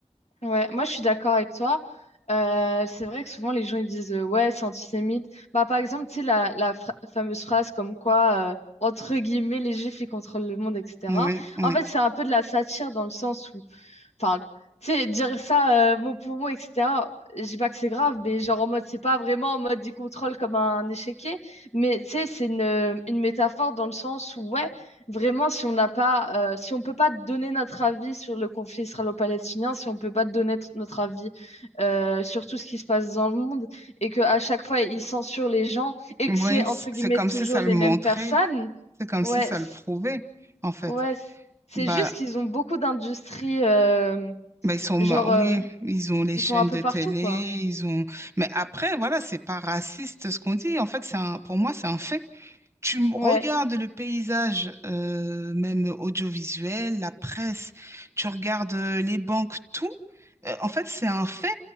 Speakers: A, on the left; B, on the right.
A: Ouais, moi je suis d'accord avec toi. Euh, c'est vrai que souvent les gens ils disent euh, ouais, c'est antisémite. Bah, par exemple, tu sais, la, la fra- fameuse phrase comme quoi, euh, entre guillemets, les juifs ils contrôlent le monde, etc.
B: Oui, oui.
A: En fait, c'est un peu de la satire dans le sens Enfin, tu sais, dire ça euh, mot pour mot, etc. Je dis pas que c'est grave, mais genre en mode, c'est pas vraiment en mode il contrôle comme un échiquier, mais tu sais, c'est une, une métaphore dans le sens où, ouais, vraiment, si on n'a pas, euh, si on peut pas te donner notre avis sur le conflit israélo-palestinien, si on peut pas te donner t- notre avis euh, sur tout ce qui se passe dans le monde, et que à chaque fois, ils censurent les gens, et
B: Oui,
A: que c'est, entre
B: c-
A: guillemets,
B: c'est comme
A: toujours
B: si ça
A: les
B: le montrait.
A: mêmes personnes,
B: C'est comme
A: ouais,
B: si ça
A: c-
B: le prouvait, en fait.
A: ouais, c- c'est
B: Bah,
A: juste qu'ils ont beaucoup d'industries. euh,
B: Bah, ils sont,
A: Genre,
B: ma- oui,
A: euh,
B: ils ont les
A: ils
B: chaînes
A: sont un peu
B: de
A: partout,
B: télé,
A: quoi.
B: ils ont. Mais après, voilà, c'est pas raciste ce qu'on dit. En fait, c'est un, pour moi, c'est un fait tu m-
A: Ouais.
B: regardes le paysage, euh, même audiovisuel, la presse, tu regardes euh, les banques, tout. euh, en fait, c'est un fait.